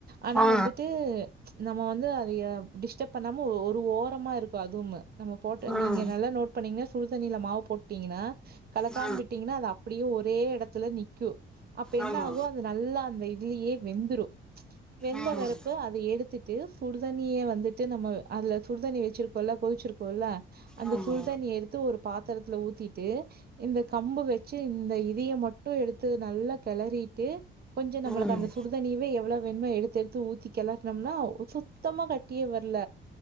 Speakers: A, on the right; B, in the centre.
A: ஆனா
B: ஆ
A: வந்துட்டு நம்ம வந்து அதைய டிஸ்டப் பண்ணாம ஒரு ஓரமா இருக்கு அதுவுமு நம்ம போட்ட
B: ஆ
A: நீங்க நல்லா நோட் பண்ணீங்னா சுடு தண்ணில மாவு போட்டீங்கனா கலக்காம்
B: ஆ
A: விட்டீங்கனா அது அப் டியு ஒரே எடத்துல நிக்கு அப்ப
B: ஆமா
A: என்ன ஆகு அது நல்லா அந்த இதுலியே வெந்துரு வெந்த
B: ம்
A: வரப்பு அ த எடுத்துட்டு சுடு தண்ணிய வந்துட்டு நம்ம அதுல சுடு தண்ணி வச்சிருக்குல்ல கொதிச்சிருக்குல்ல அந்த
B: ஆமா
A: சூடு தண்ணிய எடுத்து ஒரு பாத்தரத்துல ஊத்திட்டு இந்த கம்பு வச்சி இந்த இதைய மட்டு எடுத்து நல்லா கெளறிட்டு கொஞ்ச நம்மளுக்கு
B: ம்
A: அந்த சுடு தண்ணியவே எவ்ளோ வேணுமோ எடுத்து எடுத்து ஊத்தி கெளர்னம்னா சுத்தமா கட்டியே வர்ல